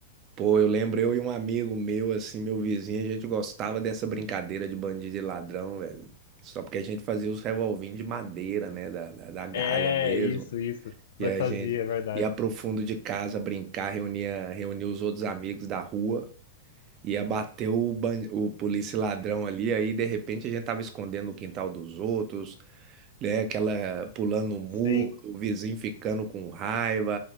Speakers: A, on the right (about 40°); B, on the left (about 70°).
A: Pô, eu lembro eu e um amigo meu, assim, meu vizinho, a gente gostava dessa brincadeira de bandido e ladrão, velho. Só porque a gente fazia os revolvinhos de madeira, né? Da, da, da galha
B: É,
A: mesmo.
B: isso, isso,
A: E
B: nós
A: a
B: fazia,
A: gente
B: é verdade.
A: ia pro fundo de casa brincar, reunia, reunia os outros amigos da rua. Ia bater o, ban- o polícia e ladrão ali, aí de repente a gente tava escondendo o quintal dos outros, né? Aquela pulando o muro,
B: Sim,
A: o vizinho ficando com raiva,